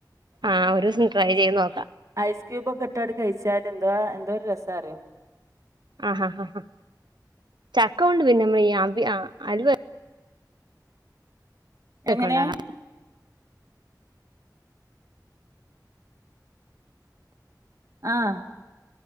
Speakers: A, on the right; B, on the right.
A: ആഹ് ഒരൂസം ട്രൈ ചെയ്ത് നോക്കാ.
B: ഐസ്ക്യൂബൊക്കെട്ടട് കഴിച്ചാല് എന്തോ, എന്തോരു രസാറിയോ
A: ആഹ് ഹ ഹ ഹ. ചക്കകൊണ്ട് പിന്നെ നമ്മളീ അവി ആഹ് അല്‌വേ
B: എങ്ങനേ?
A: ഒക്കെ ഉണ്ടാക്കാം
B: ആഹ്